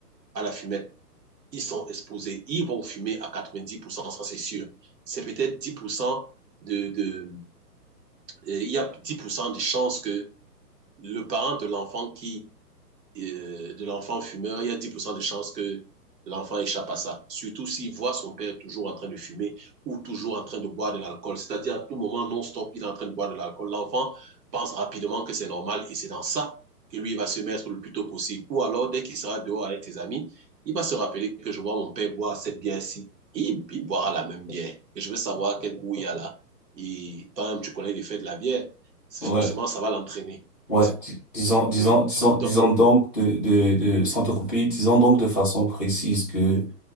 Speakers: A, on the right; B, in the centre.
A: à la fumette. Ils sont exposés, ils vont fumer à 90%, ça c'est sûr. C'est peut-être 10% de, de, euh, il y a 10% de chances que le parent de l'enfant qui euh, de l'enfant fumeur, il y a 10% de chances que l'enfant échappe à ça. Surtout s'il voit son père toujours en train de fumer ou toujours en train de boire de l'alcool. C'est-à-dire, à tout moment, non-stop, il est en train de boire de l'alcool. L'enfant pense rapidement que c'est normal et c'est dans ça que lui va se mettre le plus tôt possible. Ou alors, dès qu'il sera dehors avec ses amis, il va se rappeler que je vois mon père boire cette bière-ci. Il, il, boira la même bière. Et je veux savoir quel goût il y a là. Et toi-même, tu connais l'effet de la bière. Forcément,
B: Ouais.
A: ça va l'entraîner.
B: Ouais,
A: Et c'est
B: di- disons, disons,
A: oui.
B: disons,
A: Donc,
B: disons donc de, de, de, sans te couper, disons donc de façon précise que,